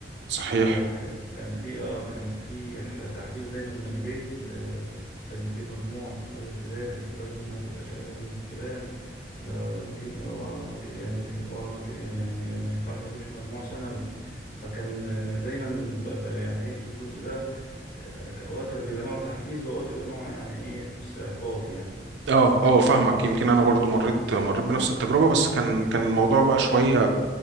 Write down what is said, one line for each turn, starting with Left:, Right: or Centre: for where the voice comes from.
Right: صحيح
Left: فكان في اه كان في ح- تحفيز دايما من البيت آه لازم تجيب مجموع لازم تذاكر لازم ما تبقاش اقل من فلان لا لازم تجيب أوعى ما تجي- يعني أوعى ما تجي- يعني يعني ما ينفعش ما اجيبش مجموع ثانوي فكان آه، دايما ب- ب- يعني ايه في الجزء ده آه، اوقات كان بيبقى نوع تحفيز واوقات بيبقى نوع يعني ايه تحس احباط يعني
Right: اه اه فاهمك يمكن انا برضو مريت مريت بنفس التجربه بس كان كان الموضوع بقى شويه